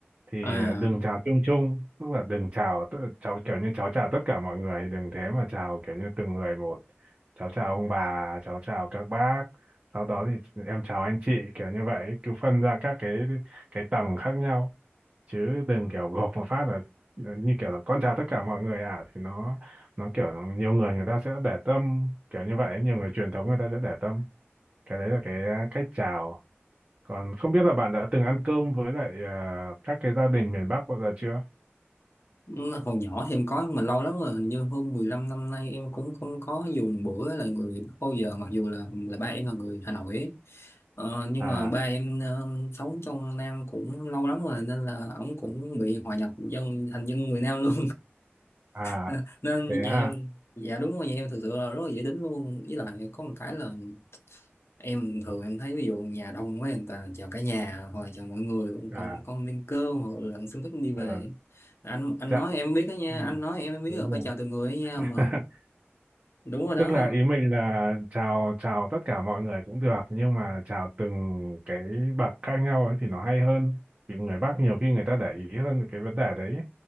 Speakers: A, on the right; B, on the left.
A: thì
B: À,
A: à, đừng chào chung chung tức là đừng chào tự- cháu kiểu như cháu chào tất cả mọi người đừng thế mà chào kiểu như từng người một cháu chào ông bà cháu chào các bác sau đó thì em chào anh chị kiểu như vậy cứ phân ra các cái cái tầng khác nhau chứ đừng kiểu gộp một phát là là như kiểu là con chào tất cả mọi người à thì nó nó kiểu nhiều người người ta sẽ để tâm kiểu như vậy nhiều người truyền thống người ta sẽ để tâm cái đấy là cái à, cách chào còn không biết là bạn đã từng ăn cơm với lại à, các cái gia đình miền Bắc bao giờ chưa
B: Ừ, hồi nhỏ thì em có nhưng mà lâu lắm rồi hình như hơn 15 năm nay em cũng không có dùng bữa là người bao giờ mặc dù là là ba em là người Hà Nội ấy. Ờ, nhưng
A: à
B: mà ba em ờ, sống trong Nam cũng lâu lắm rồi nên là ổng cũng bị hòa nhập dân thành dân người Nam luôn
A: à
B: <laughs> nên
A: thế
B: nhà
A: ha
B: em dạ đúng rồi nhà em thực sự là rất là dễ tính luôn với lại có một cái là em thường em thấy ví dụ nhà đông quá người ta chào cả nhà hoặc là chào mọi người
A: à
B: con con lên cơm hoặc là con xin phép đi về
A: ờ
B: anh anh
A: dạ
B: nói em biết đó nha
A: Ừ,
B: anh nói em em biết
A: đúng
B: rồi phải
A: rồi
B: chào từng
A: <laughs>
B: người đó nha mà đúng rồi đó
A: tức là ý mình là chào chào tất cả mọi người cũng được nhưng mà chào từng cái bậc khác nhau ấy thì nó hay hơn vì người Bắc nhiều khi người ta để ý hơn cái vấn đề đấy